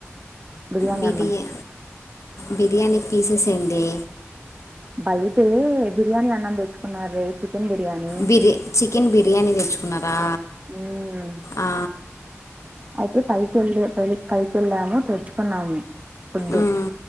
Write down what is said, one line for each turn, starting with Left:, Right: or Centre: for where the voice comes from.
Right: బిర్యానీ
Left: బిర్యా
Right: అన్నం
Left: బిర్యానీ పీసెస్ ఏందే
Right: బయటే బిర్యానీ అన్నం తెచ్చుకున్నారు వే చికన్ బిర్యానీ
Left: బిర్ చికెన్ బిర్యానీ తెచ్చుకున్నారా
Right: ఉమ్
Left: ఆ
Right: అయితే పైకి వెళ్ళె పై పైకి వెళ్ళాము తెచ్చుకున్నాము ఫుడ్డు
Left: ఉమ్,